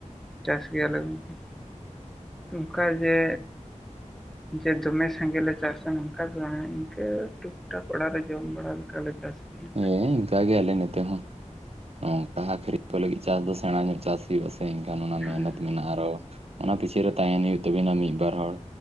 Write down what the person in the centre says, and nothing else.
ᱪᱟᱥ ᱜᱮᱭᱟᱞᱮ ᱜᱚᱝᱠᱮ᱾ ᱚᱝᱠᱟ ᱡᱮ ᱡᱮ ᱫᱚᱢᱮ ᱥᱸᱜᱮᱞᱮ ᱪᱟᱥᱟ ᱱᱚᱝᱠᱟ ᱫᱚ ᱵᱟᱝ ᱤᱱᱠᱟᱹ ᱴᱩᱠ ᱴᱟᱠ ᱚᱲᱟᱜ ᱨᱮ ᱡᱚᱢ ᱵᱟᱲᱟ ᱞᱮᱠᱟᱞᱮ ᱪᱟᱥ ᱜᱮᱭᱟ᱾
ᱦᱮᱸ